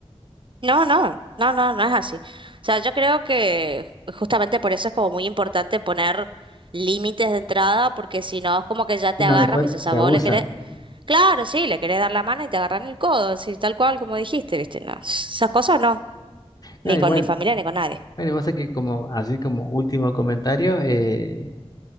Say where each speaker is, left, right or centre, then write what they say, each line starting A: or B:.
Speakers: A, on the right; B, on the left.
A: No, no, no, no, no es así. O sea, yo creo que justamente por eso es como muy importante poner límites de entrada, porque si no es como que ya te
B: No,
A: agarran,
B: después
A: y dices,
B: se
A: o sea, vos
B: abusan.
A: le querés, claro, sí, le querés dar la mano y te agarran el codo, así tal cual como dijiste, ¿viste? No, esas cosas no,
B: No,
A: ni
B: y
A: con
B: bueno,
A: mi familia ni con nadie.
B: bueno, y pasa que como, así como último comentario, eh,